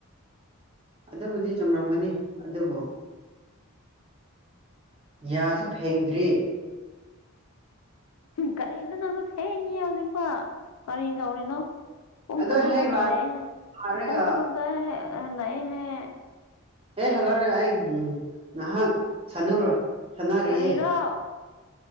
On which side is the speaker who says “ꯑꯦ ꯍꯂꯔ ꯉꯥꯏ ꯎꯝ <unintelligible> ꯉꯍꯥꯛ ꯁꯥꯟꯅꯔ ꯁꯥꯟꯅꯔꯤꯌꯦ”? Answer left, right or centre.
Right